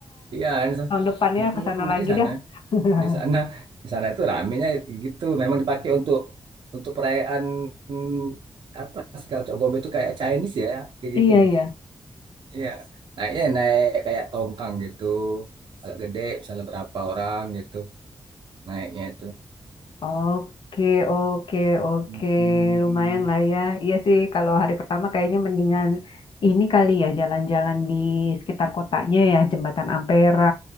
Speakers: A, on the right; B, on the left.
A: Iya.
B: tahun depannya
A: Mm-mm,
B: ke sana
A: Jadi
B: lagi
A: di sana,
B: dah. <laughs>
A: di sana, di sana itu ramenya gitu. Memang dipakai untuk untuk perayaan mm, apa sih kalau Cap Gome itu kayak Chinese ya, kayak
B: Iya
A: gitu.
B: iya.
A: Iya. Naiknya naik kayak tongkang gitu, agak gede, misalnya berapa orang gitu naiknya itu.
B: Oke, oke, oke.
A: Mm-mm.
B: Lumayan lah ya. Iya sih, kalau hari pertama kayaknya mendingan ini kali ya, jalan-jalan di sekitar kotanya ya, Jembatan Ampera